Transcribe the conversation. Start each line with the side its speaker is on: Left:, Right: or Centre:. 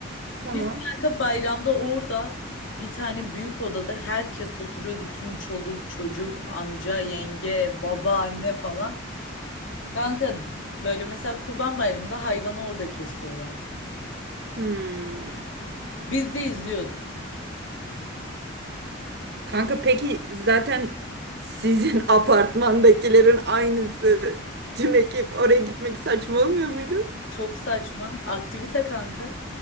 Right: Tamam.
Left: Biz kanka bayramda orada bir tane büyük odada herkes oturuyordu. Tüm çoluk, çocuk, amca, yenge, baba, anne falan. Kanka böyle mesela Kurban Bayramı'nda hayvanı orada kesiyorlardı.
Right: Hmm.
Left: Biz de izliyorduk.
Right: Kanka peki zaten sizin <laughs> apartmandakilerin aynısı tüm ekip oraya gitmek saçma olmuyor muydu?
Left: Çok saçma. Aktivite kanka.